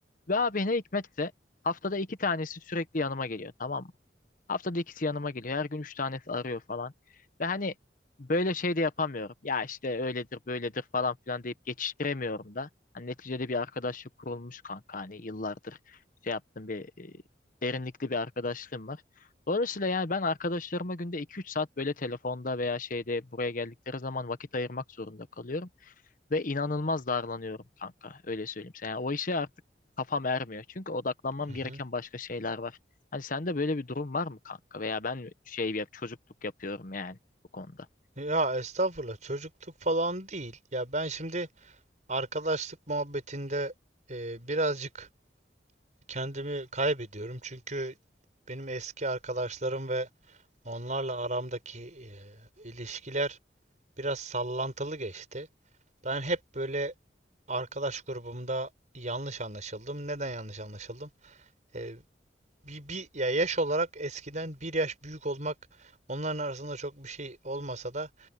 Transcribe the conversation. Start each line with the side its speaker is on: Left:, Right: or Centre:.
Left: Ve abi ne hikmetse haftada 2 tanesi sürekli yanıma geliyor tamam mı? Haftada ikisi yanıma geliyor. Her gün üç tanesi arıyor falan. Ve hani böyle şey de yapamıyorum. Ya işte öyledir böyledir falan filan deyip geçiştiremiyorum da. Hani neticede bir arkadaşlık kurulmuş kanka. Hani yıllardır şey yaptım bir e, derinlikli bir arkadaşlığım var. Dolayısıyla yani ben arkadaşlarıma günde iki üç saat böyle telefonda veya şeyde buraya geldikleri zaman vakit ayırmak zorunda kalıyorum. Ve inanılmaz darlanıyorum kanka. Öyle söyleyeyim sana. Yani o işe artık kafam ermiyor. Çünkü odaklanmam
Right: Hı hı.
Left: gereken başka şeyler var. Hani sende böyle bir durum var mı kanka? Veya ben mi şey yap çocukluk yapıyorum yani bu konuda.
Right: Ya estağfurullah çocukluk falan değil. Ya ben şimdi arkadaşlık muhabbetinde e, birazcık kendimi kaybediyorum. Çünkü benim eski arkadaşlarım ve onlarla aramdaki e, ilişkiler biraz sallantılı geçti. Ben hep böyle arkadaş grubumda yanlış anlaşıldım. Neden yanlış anlaşıldım? E, bir, bir ya yaş olarak eskiden bir yaş büyük olmak onların arasında çok bir şey olmasa da